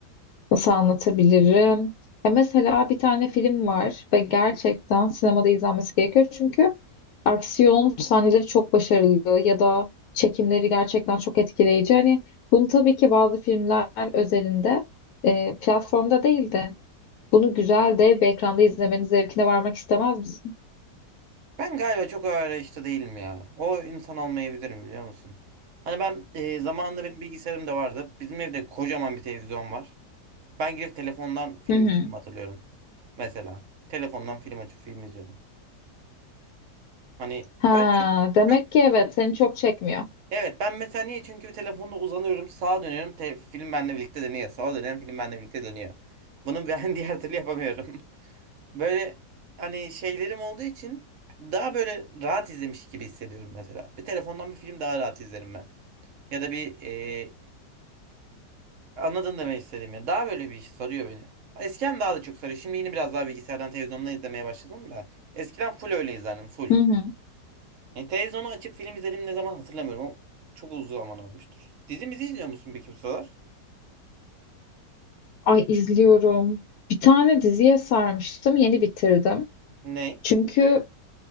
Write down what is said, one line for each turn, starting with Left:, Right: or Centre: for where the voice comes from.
Left: nasıl anlatabilirim? Ya mesela bir tane film var ve gerçekten sinemada izlenmesi gerekiyor. Çünkü aksiyon sahneleri çok başarılı ya da çekimleri gerçekten çok etkileyici. Hani bunu tabii ki bazı filmler özelinde e, platformda değildi. Bunu güzel dev bir ekranda izlemenin zevkine varmak istemez misin?
Right: Ben galiba çok ağır arayışta değilim ya. O insan olmayabilirim biliyor musun? Hani ben e, zamanında benim bilgisayarım da vardı. Bizim evde kocaman bir televizyon var. Ben girip telefondan film
Left: Hı hı.
Right: izledim hatırlıyorum. Mesela telefondan film açıp film izliyordum. Hani
Left: Ha,
Right: öyle
Left: demek
Right: çok
Left: ki evet seni çok çekmiyor.
Right: Evet ben mesela niye? Çünkü bir telefonda uzanıyorum sağa dönüyorum te- film benimle birlikte dönüyor. Sağa dönüyorum film benimle birlikte dönüyor. Bunu ben <laughs> diğer türlü yapamıyorum. Böyle hani şeylerim olduğu için daha böyle rahat izlemiş gibi hissediyorum mesela. Bir telefondan bir film daha rahat izlerim ben. Ya da bir e, anladın demek istedim yani. Daha böyle bir iş sarıyor beni. Eskiden daha da çok sarıyor. Şimdi yine biraz daha bilgisayardan televizyondan izlemeye başladım da. Eskiden full öyle izlerdim full.
Left: Hı hı.
Right: E, televizyonu açıp film izledim ne zaman hatırlamıyorum ama çok uzun zaman olmuştur. Dizimizi izliyor musun peki bu sıralar?
Left: Ay izliyorum. Bir tane diziye sarmıştım, yeni bitirdim.
Right: Ne?
Left: Çünkü